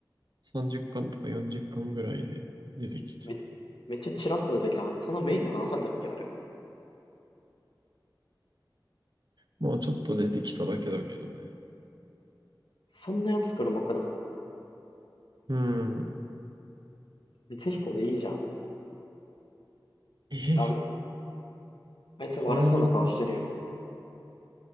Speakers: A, on the right; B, on the left.
A: 30巻とか40巻ぐらいで出てきて。
B: め、めっちゃチラッと出てきた。そんなメインで話されたっけあれ。
A: まあ、ちょっと出てきただけだけどね。
B: そんなやつ黒幕なん
A: うん。
B: 光彦でいいじゃん。
A: え、
B: ダメ
A: さ
B: あいつ悪そうな顔してるよ。
A: すがにおかしい。さ